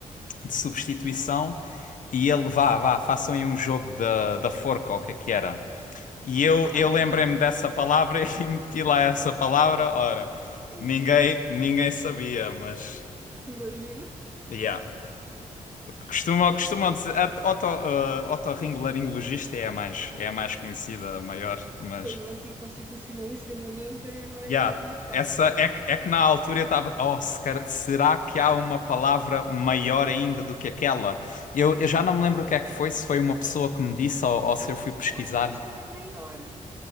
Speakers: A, on the left; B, on the right.
A: de substituição e ele, vá, vá, façam aí um jogo da, da forca, ou o que é que era. E eu,
B: Ai,
A: eu lembrei-me
B: e a-
A: dessa palavra <laughs> e meti lá essa palavra, ora,
B: Ai,
A: ninguém, ninguém sabia, mas,
B: imagino.
A: yeah. Costumam, costumam dizer, a- oto- eh, otorrinolaringologista é a mais, é a mais conhecida, a maior, mas...
B: Pois o anticonstitucionalissimamente é mais
A: Yeah.
B: lixado.
A: Essa é, que- é que na altura eu estava, oh, se cara- será que há uma palavra maior ainda do que aquela? Eu, eu já não me lembro o que é que foi, se foi uma pessoa que me disse ou, ou se eu fui pesquisar.
B: Eu acho que esta é a maior.